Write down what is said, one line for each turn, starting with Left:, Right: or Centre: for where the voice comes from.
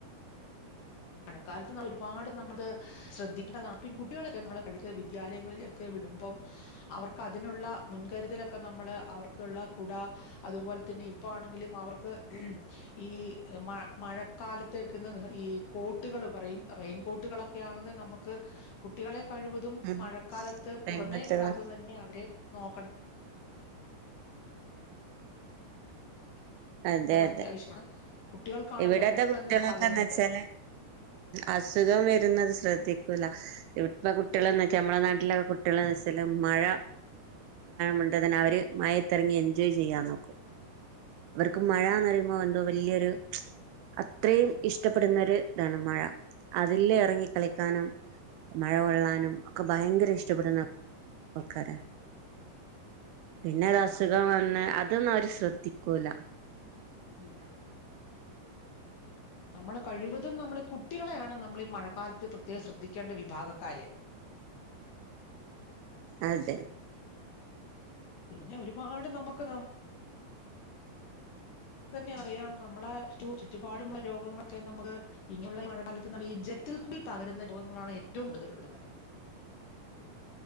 Left: മഴക്കാലത്ത് ഒരുപാട് നമ്മള് ശ്രദ്ധിക്കേണ്ടതാണ് കുട്ടികളൊക്കെ നമ്മള് വിദ്യാലയങ്ങളിലൊക്കെ വിടുമ്പം അവർക്ക് അതിനുള്ള മുൻ കരുതലൊക്കെ നമ്മള് അവർക്കുള്ള കുട, അതുപോലെ തന്നെ ഇപ്പ ആണെങ്കില് അവർക്ക് ഈ മ മഴക്കാലത്തേക്കുന്ന ഈ കോട്ടുകൾ പറയും, റെയിൻ കോട്ടുകളൊക്കെ ആകുന്നേ നമുക്ക്, കുട്ടികളെ കഴിവതും
Right: ഉം
Left: മഴക്കാലത്ത് പുറമേ
Right: തേങ്ങട്ടുള്ള
Left: വിടാതെ തന്നെ അവരെ നോക്ക
Right: അതെ
Left: അത്
Right: അതെ
Left: അത്യാവശ്യമാണ് കുട്ടികൾക്കാണല്ലോ
Right: ഇവിടത്തെ
Left: പെട്ടെന്ന്
Right: കുട്ടികളൊക്കെന്നച്ചാല്
Left: ഇത് പകരുന്നത്
Right: അസുഖം വരുന്നത് ശ്രദ്ധി- ഇപ്പ ഇവിടത്തെകുട്ടികൾന്ന് വെച്ചാൽ നമ്മളുടെ നാട്ടിലെ കുട്ടികൾന്ന് വെച്ചാല് മഴ കൊണ്ട് തന്നെ അവര് മഴത്തിറങ്ങി എൻജോയ് ചെയ്യാ നോക്കും അവർക്ക് മഴന്ന് പറയുമ്പോ എന്തോ വലിയൊരു അത്രയും ഇഷ്ടപ്പെടുന്ന ഒരു ഇതാണ് മഴ അതില് ഇറങ്ങി കളിക്കാനും മഴ കൊള്ളാനും ഒക്കെ ഭയങ്കര ഇഷ്ടപ്പെടുന്ന ആൾക്കാരാ
Left: ഇതൊക്കെയാണ്
Right: പിന്നെ അസുഖം
Left: അപ്പം
Right: വന്ന് അതൊന്നുംഅവര് ശ്ര തിക്കൂല
Left: ഇല്ല നമ്മൾ കഴിവതും നമ്മൾ കുട്ടികളെയാണ് നമ്മൾ ഈ മഴക്കാലത്ത് പ്രത്യേകം ശ്രദ്ധിക്കേണ്ട വിഭാഗക്കാര്
Right: അതെ
Left: പിന്നെ ഒരുപാട് നമ്മുക്ക് ന- അപ്പന്നെ അറിയാം നമ്മളെ ചുറ്റുപാടുമുള്ള രോഗങ്ങളൊക്കെ നമ്മള് ഇങ്ങനെയുള്ള മഴക്കാലത്ത് ന്ന് ജൽത്തിൽ കൂടി പകരുന്ന രോഗങ്ങളാണ് ഏറ്റവും കൂടുതലള്ളത്